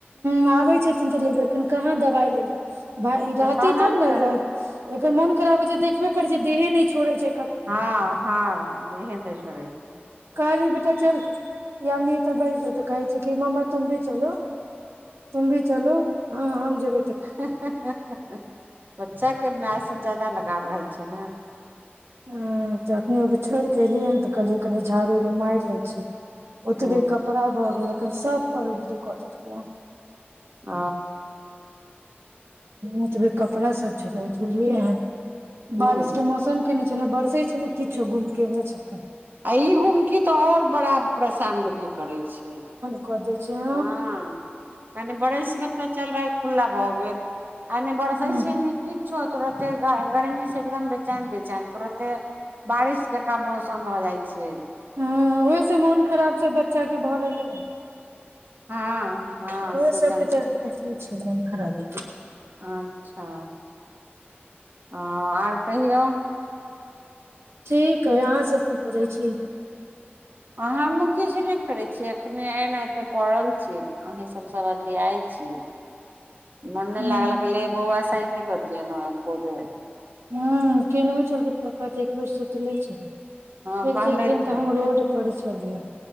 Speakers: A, on the right; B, on the right.
A: ह आबै छथिन तऽ लेबैखन कहाँ दवाइ लेली भ रहतै
B: तहन
A: तब ने।
B: तऽ
A: एकर मोन खराब होय छैय देखबे करै छी देहे न छोड़े छैय।
B: हँ हँ देहे नहि छोरै छैय।
A: <unintelligible> तऽ कहै छैय कि मममा तुम भी चलो। तुम भी चलोहं हम जेब
B: हँ हँ हँ हँ बच्चा के माय से जादा लगाव रहै छैय ने।
A: ह त अखनी ओ छोड़ क एलियै हन त कहलियै कनि झाड़ू उड़ू मार लै छी। ओतबे
B: ह
A: कपड़ा भ गेल अखन सब पर उल्टी क देलकै हन।
B: ह
A: ओतबे कपड़ा सब छलै धुलये हन
B: ह
A: बारिश के मौसम केने छैय ने बरसै छैय ने किछो गुम केने छैय क।
B: आ ई घुमकी तऽ और बड़ा परेशान लोक के करै छैय।
A: क दै छैय।
B: हँ कनि बरसि गेल तऽ चल भााय खु्ला भऽ गेल। आ नहि बरसै
A: ह
B: छैय ने की छो तुरते गर्मी से एकदम बेचैन बेचैन तुरते बारिश जकाँ मौसम भ जाइ छैय।
A: हँ ओहि से मोन खराब सब बच्चा के भर रहलै हय।
B: हँ हँ
A: ओरा
B: सीजन
A: सबके तऽ के छै मन खराब के।
B: अच्छा ह आर कहिऔ।
A: ठीक हय अहाँ सब की करै छी?
B: अहाँ मुख्यश नहि करै छीयै एखने एना एते पड़ल छी। अहीं सभ सभ अथी आय छि। मन नहि
A: ह
B: लागल या कल बउवा स आय नहि बतियेलो ह एको बेर।
A: ह केनहु छलखिन पपा तऽ एक बेर सूतले छलै। फेर
B: हँ कहलथि
A: केलखिन त
B: हे
A: हम रोड पर छलियै।